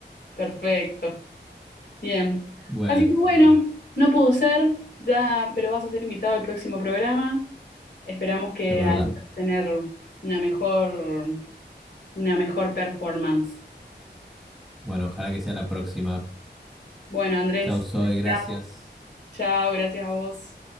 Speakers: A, on the left (about 70°); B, in the centre.
A: Perfecto, bien.
B: Bueno,
A: Así que bueno, no pudo ser, ya, pero vas a ser invitado al próximo programa. Esperamos que
B: es verdad.
A: al
B: Mm.
A: tener una mejor, una mejor performance.
B: Bueno, ojalá que sea la próxima.
A: Bueno, Andrés,
B: Chau, Zoe
A: te esperamos.
B: gracias.
A: Chao, gracias a vos.